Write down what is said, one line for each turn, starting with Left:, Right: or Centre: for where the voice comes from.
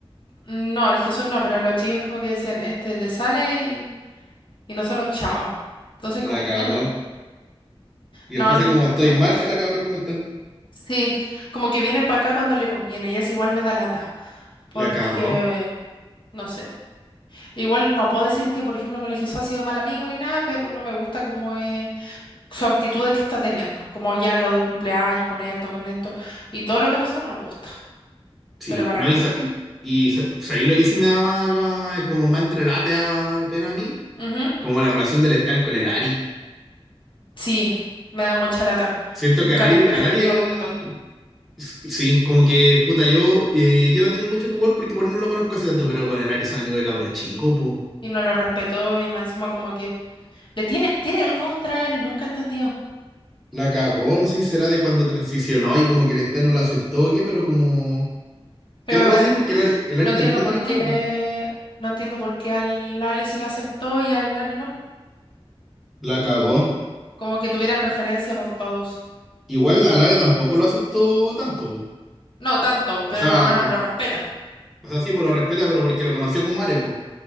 Left: no, el Jesús no, pero los chicos como que decían, este le sale y, y nosotros chao. Entonces
Centre: La
Left: como, "Mm,
Centre: cagó. Y
Left: no,
Centre: después
Left: no,
Centre: así como, estoy
Left: no me gusta.
Centre: mal, hola cabros, ¿cómo están?
Left: Sí, como que viene para acá cuando le conviene y eso igual me da lata, porque,
Centre: La cagó.
Left: no sé. Igual no puedo decir que, por ejemplo, con el Jesús ha sido mal amigo ni nada, pero no me gusta como es sus actitudes que está teniendo, como ya lo del cumpleaños, con esto, con esto, y todo lo que pasó no me gusta,
Centre: Sí,
Left: pero para
Centre: no,
Left: nada.
Centre: y, sa- y, y sa- ¿sabéis lo que sí me da más, ca- como más entrelate a, pena a mí?
Left: Ujú.
Centre: Como la relación del Stan con el Ari.
Left: Sí, me da mucha lata.
Centre: Siento
Left: Nunca
Centre: que al Ari,
Left: respeto,
Centre: al Ari
Left: lo
Centre: ahí
Left: respetó.
Centre: S- Sí, como que, puta, yo, eh, yo no tengo mucho que ver porque igual no lo conozco hace tanto, pero con el Ari son amigo de cabro chico, po.
Left: Y no lo respetó y más encima como que le tiene, tiene algo contra el nunca he entendido.
Centre: La cagó, no sé si será de cuando transicionó y como que el Star no lo aceptó o qué, pero como
Left: Pero
Centre: que algo
Left: me
Centre: pasó
Left: pare-
Centre: ahí porque el Ari, el Ari
Left: no entiendo
Centre: también le
Left: por
Centre: tiene mala,
Left: qué,
Centre: po.
Left: no entiendo por qué al Ale sí lo aceptó y al Ari no.
Centre: La cagó.
Left: Como que tuviera preferencia por todos.
Centre: Igual al Ari tampoco lo aceptó tanto, po.
Left: No tanto,
Centre: O
Left: pero
Centre: sea,
Left: por lo menos
Centre: o,
Left: lo respeta.
Centre: o sea, sí, pues lo respeta, pero porque lo conoció como Ale, po.